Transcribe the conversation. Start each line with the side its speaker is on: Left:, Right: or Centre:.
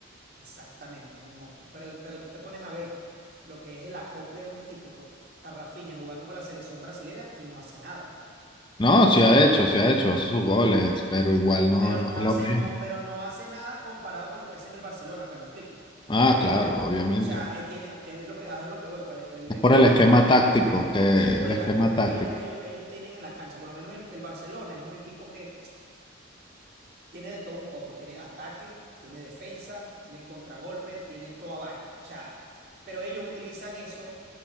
Right: Exactamente, en un monstruo. Pero, pero tú te pones a ver lo que es el acople de un equipo a Rafinha jugando con la selección brasilera y no hace nada.
Left: No, sí ha hecho, sí ha hecho, hace sus goles, pero igual no,
Right: Pero
Left: no
Right: no
Left: es
Right: hace,
Left: lo mismo.
Right: no, pero no hace nada comparado con lo que hace en el Barcelona, pues me explico.
Left: Ah, claro, obviamente.
Right: O sea, eh, tiene, es lo que, es lo que voy, pues el,
Left: Es
Right: el-
Left: por
Right: el
Left: el esquema
Right: acople
Left: táctico, que
Right: y por
Left: el
Right: el
Left: esquema
Right: acople
Left: táctico,
Right: que ellos, ellos, ellos tienen en la cancha, por lo menos el, el Barcelona es un equipo que tiene de todo un poco, tiene ataque, tiene defensa, tiene contragolpe, tiene toda vaina. O sea, pero ellos utilizan eso,